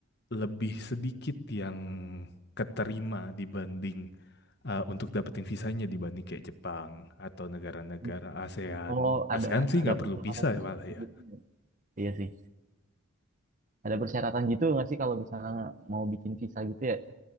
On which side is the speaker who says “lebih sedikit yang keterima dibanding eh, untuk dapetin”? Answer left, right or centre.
Left